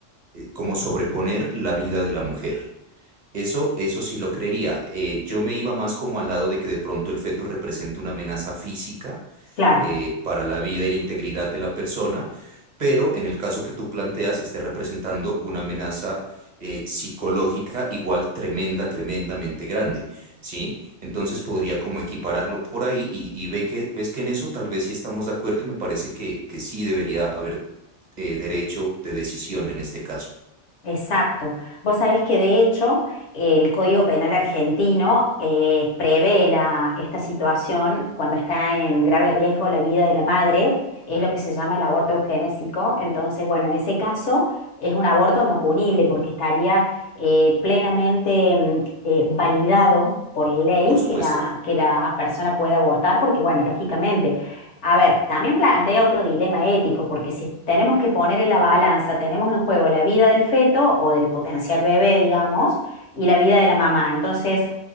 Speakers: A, on the right; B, on the left.
A: eh, como sobreponer la vida de la mujer. Eso, eso sí lo creería. Eh, yo me iba más como al lado de que de pronto el feto represente una amenaza física
B: claro.
A: eh, para la vida y la integridad de la persona, pero en el caso que tú planteas, esté representando una amenaza eh, psicológica igual tremenda, tremendamente grande, ¿sí? Entonces podría como equipararlo por ahí y, y ve que, ves que en eso tal vez sí estamos de acuerdo y me parece que, que sí debería haber eh, derecho de decisión en este caso.
B: Exacto. Vos sabés que de hecho el Código Penal argentino eh, prevé la- esta situación cuando está en grave riesgo la vida de la madre, es lo que se llama el aborto eugenésico. Entonces, bueno, en ese caso es un aborto no punible porque estaría eh, plenamente mm, eh, validado por ley
A: Por supuesto.
B: que la, que la persona pueda abortar, porque bueno, lógicamente a ver, también plantea otro dilema ético, porque si tenemos que poner en la balanza, tenemos en juego la vida del feto o del potencial bebé, digamos, y la vida de la mamá. Entonces,